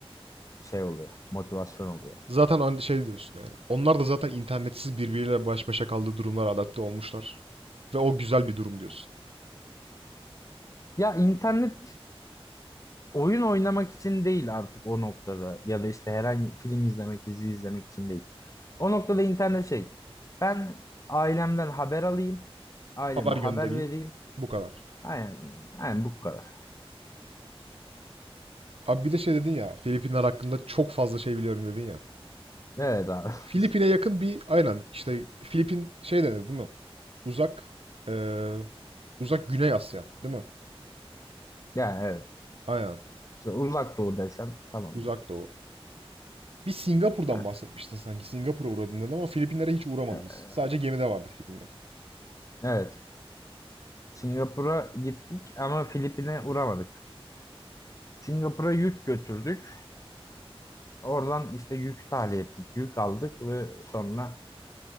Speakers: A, on the left; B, on the right.
A: şey oluyor. Motivasyon oluyor.
B: Zaten şey diyorsun yani. Onlar da zaten internetsiz birbiriyle baş başa kaldığı durumlara adapte olmuşlar. Ve o güzel bir durum diyorsun.
A: Ya internet oyun oynamak için değil artık o noktada ya da işte herhangi film izlemek, dizi izlemek için değil. O noktada internet şey. Ben ailemden haber alayım, aileme
B: Haber göndereyim.
A: haber vereyim.
B: Bu kadar.
A: Aynen, aynen bu kadar.
B: Abi bir de şey dedin ya. Filipinler hakkında çok fazla şey biliyorum dedin ya.
A: Evet abi.
B: Filipin'e
A: <laughs>
B: yakın bir aynen işte Filipin şey denir değil mi? Uzak eee, uzak Güney Asya değil mi?
A: Yani evet.
B: Aynen.
A: İşte uzak doğu desem tamam
B: Uzak
A: okey.
B: Doğu. Bir Singapur'dan
A: Yani,
B: bahsetmiştin sanki. Singapur'a uğradın dedin ama Filipinlere hiç uğramadınız.
A: e-
B: Sadece gemide vardı Filipinler.
A: evet. Singapur'a gittik ama Filipin'e uğramadık. Singapur'a yük götürdük. Oradan işte yük tahliye ettik, yük aldık ve sonra